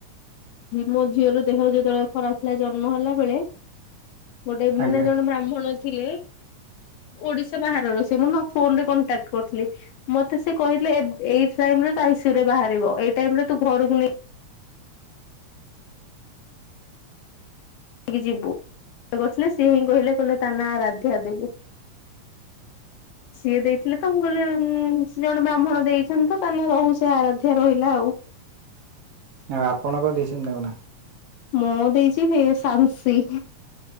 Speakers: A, on the left; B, on the right.
A: ମୋ ଝିଅର ଦେହ ଯେତେବେଳେ ଖରାପ ଥିଲା ଜନ୍ମ ହେଲା ବେଳେ ଗୋଟେ
B: ଆଜ୍ଞା।
A: ମାନେ ଜଣେ ବ୍ରାହ୍ମଣ ଅ ଥିଲେ ଓଡିଶା ବାହାରର ସେ ମୁଁ ନ ଫୋନରେ କଣ୍ଟାକ୍ଟ ମତେ ସେ କହିଥିଲେ ଏଇ ଟାଇମରେ ବାହାର ଏଇ ଟାଇମରେ ତୁ ଘରକୁ ନେଇ ଯିବୁ କରିଥିଲେ ସିଏ ହିଁ କହିଲେ କହିଲେ ତା ନା ଆରାଧ୍ୟା ଦବୁ। ସିଏ ଦେଇଥିଲେ ତ ମୁଁ କହିଲି ସେ ଜଣେ ବ୍ରାହ୍ମଣ ଦେଇଛନ୍ତି ତ ତା ନ ରହିଲା ସେ ଆରାଧ୍ୟା ରହିଲା ଆଉ।
B: ଆଉ ଆପଣ କଣ ଦେଇଛନ୍ତି ତାଙ୍କ ନାଁ?
A: ମୁଁ ଦେଇଛି ସାମଶି।